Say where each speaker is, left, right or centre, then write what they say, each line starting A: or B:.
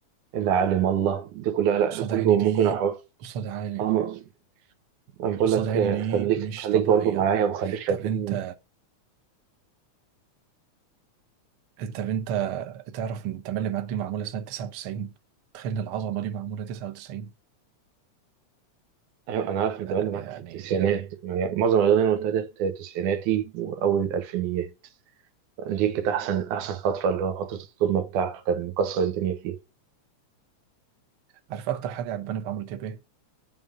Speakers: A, on the right; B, on the right.
A: اللي عالم الله ده كله لا
B: قصاد
A: ده كله
B: عيني
A: ممكن
B: دي
A: اروح
B: قصاد عيني
A: اه ما- انا بقول
B: قصاد
A: لك
B: عيني
A: آه،
B: دي
A: خليك
B: مش
A: خليك
B: طبيعيه
A: برضو معايا وخليك فاكرني
B: طب انت طب انت تعرف ان التملي معاك دي معموله سنه 99 تخيل العظمه دي معموله 99
A: ايوه انا عارف انت
B: لا
A: بقى
B: لا
A: معاك
B: يعني
A: في التسعينات
B: ال...
A: يعني معظم الاغاني اللي قلتها ديت تسعيناتي واول الالفينيات دي كانت احسن احسن فتره اللي هو فتره القمه بتاعته كان مكسر الدنيا فيها
B: عارف اكتر حاجه عجباني في عمرو دياب ايه